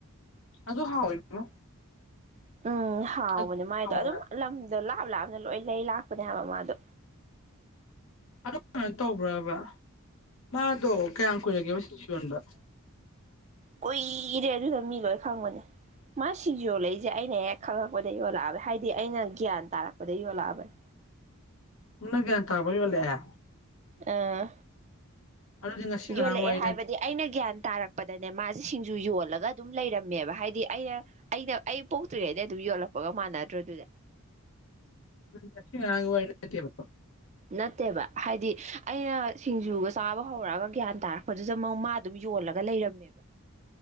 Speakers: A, on the left (about 65°); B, on the right (about 30°).
A: ꯑꯗꯨ ꯍꯥꯎꯋꯦ ꯏꯕꯦꯝꯃ
B: ꯎꯝ ꯍꯥꯎꯕꯅꯦ
A: ꯑꯗꯨ
B: ꯃꯥꯏꯗꯣ
A: ꯍꯥꯎꯋꯦ
B: ꯑꯗꯨꯝ ꯂꯝꯗꯣ ꯂꯥꯞ ꯂꯥꯞꯅ ꯂꯣꯏ ꯂꯩ ꯂꯥꯛꯄꯅꯦ ꯍꯥꯏꯕ ꯃꯥꯗꯣ
A: ꯑꯗꯣ ꯀꯩꯅꯣ ꯇꯧꯕ꯭ꯔꯕ ꯃꯥꯗꯣ ꯀꯌꯥꯝ ꯀꯨꯏꯔꯒꯦꯕ ꯁꯤꯡꯖꯨ ꯌꯣꯟꯕ
B: ꯀꯨꯏꯔꯦ ꯑꯗꯨꯗꯣ ꯃꯤ ꯂꯣꯏ ꯈꯪꯕꯅꯦ ꯃꯥ ꯁꯤꯡꯖꯨ ꯌꯣꯜꯂꯛꯏꯖꯦ ꯑꯩꯅ ꯍꯦꯛ ꯈꯪꯉꯛꯄꯗꯩ ꯌꯣꯜꯂꯛꯑꯝꯃꯦ ꯍꯥꯏꯗꯤ ꯑꯩꯅ ꯒ꯭ꯌꯥꯟ ꯇꯥꯔꯛꯄꯗꯩ ꯌꯣꯜꯂꯛꯑꯕꯅꯦ
A: ꯅꯪꯅ ꯒ꯭ꯌꯥꯟ ꯇꯥꯔꯛꯄꯗ ꯌꯣꯂꯛꯑꯦ
B: ꯑꯥ
A: ꯑꯗꯨꯗꯤ ꯉꯁꯤ ꯉꯔꯥꯡ
B: ꯌꯣꯜꯂꯛꯑꯦ
A: ꯋꯥꯔꯤ
B: ꯍꯥꯏꯕꯗꯤ
A: ꯅꯠ
B: ꯑꯩꯅ ꯒ꯭ꯌꯥꯟ ꯇꯥꯔꯛꯄꯗꯅꯦ ꯃꯥꯖꯦ ꯁꯤꯡꯖꯨ ꯌꯣꯜꯂꯒ ꯑꯗꯨꯝ ꯂꯩꯔꯝꯃꯦꯕ ꯍꯥꯏꯗꯤ ꯑꯩꯅ ꯑꯩꯅ ꯑꯩ ꯄꯣꯛꯇ꯭ꯔꯤꯉꯩꯗꯩꯩ ꯑꯗꯨꯝ ꯌꯣꯜꯂꯛꯄꯒ ꯃꯥꯟꯅꯗ꯭ꯔꯣ ꯑꯗꯨꯗꯤ
A: ꯉꯁꯤ ꯉꯔꯥꯡꯒꯤ ꯋꯥꯔꯤ ꯅꯠꯇꯦꯕ
B: ꯅꯠꯇꯦꯕ ꯍꯥꯏꯗꯤ ꯑꯩꯅ ꯁꯤꯡꯖꯨꯒ ꯆꯥꯕ ꯍꯧꯔꯛꯑꯒ ꯒ꯭ꯌꯥꯟ ꯇꯥꯔꯛꯄꯗꯨꯗ ꯃꯛ ꯃꯥ ꯗꯨꯝ ꯌꯣꯜꯂꯒ ꯂꯩꯔꯝꯃꯦꯕ